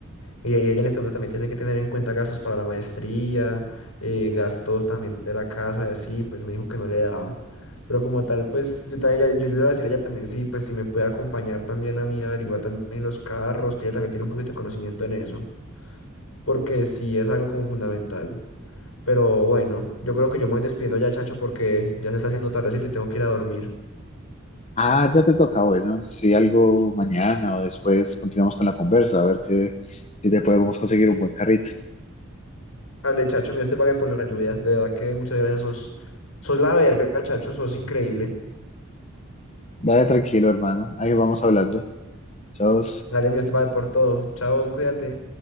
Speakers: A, on the left; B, on the left.
A: Y ahí ella en este momento también tiene que tener en cuenta gastos para la maestría, eh, gastos también de la casa y así, pues me dijo que no le daba. Pero como tal, pues yo, ta- ella- yo, yo le iba a decir a ella también, sí, pues si me puede acompañar también a mí, averiguar también los carros, que ella también tiene un poquito de conocimiento en eso, porque sí es algo como fundamental. Pero bueno, yo creo que yo me voy despidiendo ya, Chacho, porque ya se está haciendo tardecito y tengo que ir a dormir.
B: Ah, ya te toca, bueno, si algo mañana o después continuamos con la conversa, a ver que, si te podemos conseguir un buen carrito.
A: Ale, Chacho, mío, te pague por la ayuda. De verdad que muchas gracias, sos, sos la verga, Chacho, sos increíble.
B: Dale tranquilo, hermano, ahí vamos hablando. Chao.
A: Dale, mío te va por todo. Chao, cuídate.